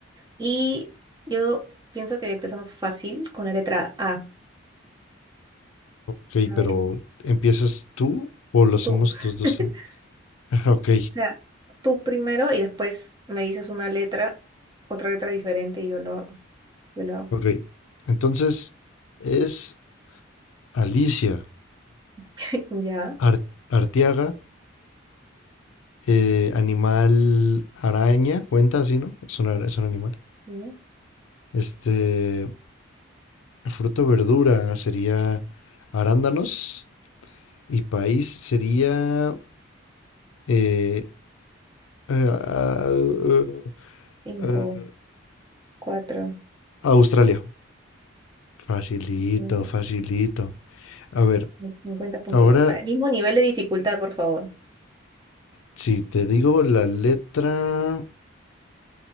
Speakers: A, on the right (about 20°); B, on the left (about 80°).
A: Y yo pienso que empezamos fácil con la letra A.
B: Ok,
A: A
B: pero
A: ver, Iris,
B: ¿empiezas tú o lo hacemos
A: tú.
B: los dos?
A: <laughs>
B: en- <laughs> Ok,
A: O sea, tú primero y después me dices una letra, otra letra diferente y yo lo hago. Yo lo hago.
B: ok. Entonces, es Alicia
A: <laughs> Ya,
B: Ar- Arteaga, eh, animal araña, cuenta así, ¿no? Es una- es un animal.
A: sí.
B: Este, fruto verdura sería arándanos y país sería eh, eh, a, eh,
A: Cinco,
B: eh,
A: cuatro.
B: Australia. Facilito,
A: cinco,
B: facilito. A ver,
A: 50 puntos.
B: ahora
A: Al mismo nivel de dificultad, por favor.
B: si te digo la letra